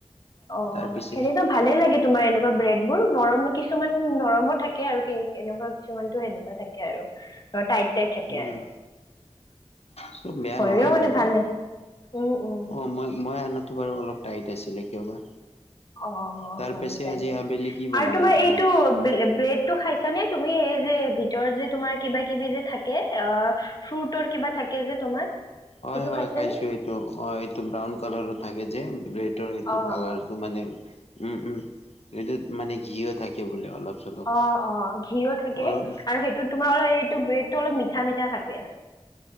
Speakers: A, on the left (about 40°); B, on the left (about 65°).
A: অ
B: তাৰ পিছে
A: সেনেতো ভালেই লাগে তোমাৰ এনেকুৱা ব্ৰেডবোৰ, নৰম কিছুমান নৰমো থাকে আৰু এনেকুৱা কিছুমানতটো সেনেকুৱা থাকে। আৰ টাইট টাইট থাকে
B: উম
A: আৰু।
B: চব বেয়া
A: হ'লেও
B: নহয় বাৰু
A: মানে ভাল লাগে উম উম
B: অ মই মই আ টো বাৰু অলপ টাইট আছিলে কিয় বা?
A: অ'
B: তাৰ
A: হয়
B: পিছে
A: চাগে
B: আজি আবেলি কি বনাবা
A: আৰু তোমাৰ
B: খানা?
A: এইটো ব্ৰেড টো খাইছানে তুমি সেই যে ভিতৰত যে তোমাৰ কিবা কিবি যে থাকে অ ফ্ৰুটৰ কিবা থাকে যে তোমাৰ।
B: হয়
A: সেইটো
B: হয়
A: খাইছানে
B: খাইছো। এইটো অ' এইটো ব্ৰাউন কালাৰো থাকে যে ৰেডৰ সেইটো
A: অ
B: কালাৰ। মানে উম -উম সেইটো মানে ঘিও থাকে বোলে অলপ। চলপ
A: অ- অ ঘিও থাকে
B: অলপ
A: আৰু সেইটো তোমাৰ অলপ এই ব্ৰেডটো অলপ মিঠা মিঠা থাকে।